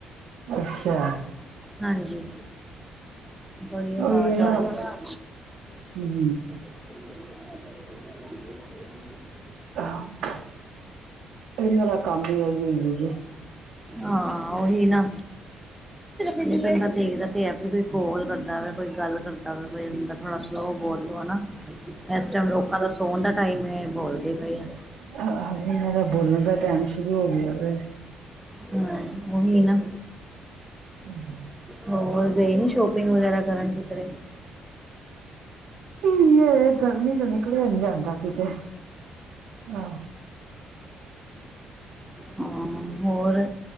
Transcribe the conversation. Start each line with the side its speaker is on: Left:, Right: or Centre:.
Right: ਅੱਛਾ
Centre: ਹਾਂਜੀ ਬੜੀ ਆਵਾਜ਼
Right: ਉਹੀ ਹੈ
Centre: ਆ
Right: ਨਾ
Centre: ਰਹੀ।
Right: ਹਮ
Centre: <unintelligible>
Right: ਹਾਂ ਇਹਨਾਂ ਦਾ ਕੰਮ ਹੀ ਆਹੀ ਏ ਜੀ।
Centre: ਹਾਂ ਉਹੀ ਨਾ, ਬਦਾ ਦੇਖਦਾ ਤੇ ਵੀ ਕੋਈ ਕੋਲ ਕਰਦਾ ਪਿਆ ਕੋਈ ਗੱਲ ਕਰਦਾ ਪਿਆ ਕੋ ਬੰਦਾ ਥੋੜਾ ਸਲੋਅ ਬੋਲੋ ਹਨਾ। ਇਸ ਟਾਈਮ ਲੋਕਾਂ ਦਾ ਸੋਣ ਦਾ ਟਾਈਮ ਬੋਲਦੇ ਪਏ ਆ।
Right: ਆਹ ਇਹਨਾਂ ਦਾ ਬੋਲਣ ਦਾ ਟਾਮ ਸ਼ੁਰੂ ਹੋ ਗਿਆ ਵੇ।
Centre: ਹਾਜੀ ਉਹੀ ਨਾ।
Right: ਹਮ ਹਮ <unintelligible>
Centre: ਹੋਰ ਗਏ ਨੀ ਸ਼ੋਪਿੰਗ ਵਗੈਰਾ ਕਰਨ ਕਿਧਰੇ।
Right: ਕੀ ਹੈ ਗਰਮੀ ਚ ਨਿਕਲ ਨ ਜਾਂਦਾ ਕਿਤੇ ਹ।
Centre: ਹਾਂ ਹੋਰ